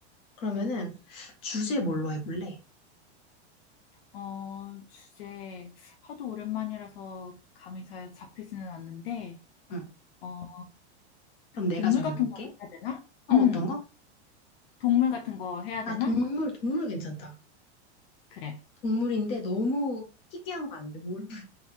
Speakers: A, on the left; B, on the left.
A: 그러면은 주제 뭘로
B: 응.
A: 해볼래?
B: 어, 주제 하도 오랜만이라서 감이 잘 잡히지는 않는데,
A: 응,
B: 어,
A: 그럼 내가
B: 동물
A: 정해볼게.
B: 같은 걸 해야 되나?
A: 어,
B: 응,
A: 어떤 거?
B: 동물 같은 거 해야 되나?
A: 아, 동물, 동물 괜찮다.
B: 그래.
A: 동물인데 너무 희귀한 거 안 돼. 모르